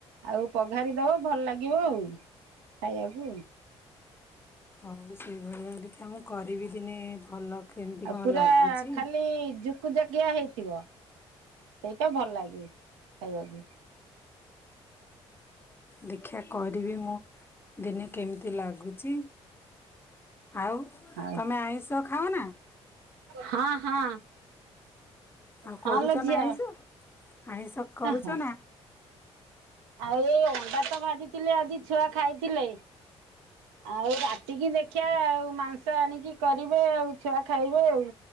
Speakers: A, on the right (about 75°); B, on the left (about 15°).
A: ଆଉ ପଘାରି ଦବ ଭଲ ଲାଗିବ ଆଉ ଖାଇବାକୁ।
B: ଆଉ ସେଇଭଳିଆ ଦେଖିବା ମୁଁ କରିବି ଦିନେ ଭଲ କେମିତି
A: ଆଉ
B: କଣ
A: ପୁରା
B: ଲାଗୁଛି।
A: ଖାଲି ଜୁ କୁଯାକିଆ ହେଇଥିବ ସେଇଟା ଭଲ ଲାଗେ ଖାଇବାକୁ।
B: ଦେଖିବା କରିବି ମୁଁ ଦିନେ କେମିତି ଲାଗୁଛି? ଆଉ
A: ହଁ
B: ତମେ ଆଇଁଷ ଖାଅ ନା?
A: ହଁ ହଁ।
B: ଆଉ
A: ହଁ
B: କରୁଛ
A: ଲୋ ଝିଅ
B: ନା ଆଇଁଷ ଆଇଁଷ କରୁଛ
A: ହଁ
B: ନା?
A: ଆଉ ଅଣ୍ଡା ତ ଭାଜିଥିଲି ଆଜି ଛୁଆ ଖାଇଥିଲେ ଆଉ ରାତିକି ଦେଖିବା ଆଉ ମାଂସ ଆଣିକି କରିବେ ଆଉ ଛୁଆ ଖାଇବେ ଆଉ।